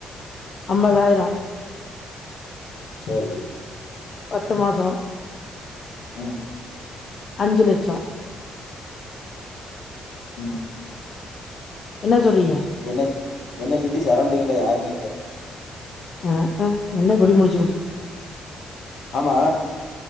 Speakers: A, on the left; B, on the left.
A: அம்பதாயிர
B: செரி
A: பத்து மாசோ
B: ம்
A: அஞ்சு லெட்சொ
B: ம்
A: என்ன சொல்றீய
B: என்ன என்ன சுத்தி சரௌண்டிங்ல யாருமே இல்ல
A: அ அ என்ன புடி புடி
B: ஆமா